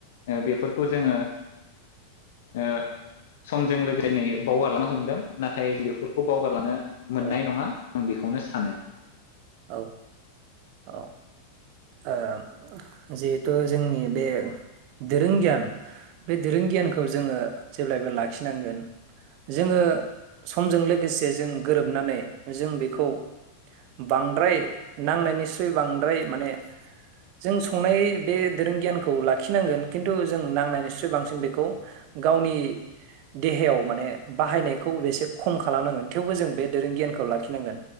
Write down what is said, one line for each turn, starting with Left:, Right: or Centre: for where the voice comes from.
Left: ओ बेफोर खौ जोङो ओ समजों <unintelligible> बावगारलांनो हमदों नाथाय बेफोरखौ बावगारलांनो मोननाय
Right: औ
Left: नङा। बेखौनो सानो।
Right: औ औ ओ जिहेथु जोंनि बे दोरों गियान बे दोरों गियानखौ जोङो जेब्लायबो लाखिनांगोन जोङो समजों लोगोसे जों गोरोबनानै जों बेखौ बांद्राय नांनायनिस्रुइ बांद्राय माने जों संनाय बे दोरों गियानखौ लाखिनांगोन खिन्थु जों नांनायनिस्रुइ बांसिन बेखौ गावनि देहायाव माने बाहायनायखौ एसे खम खालामनांगोन थेवबो जों बे दोरों गियानखौ लाखिनांगोन।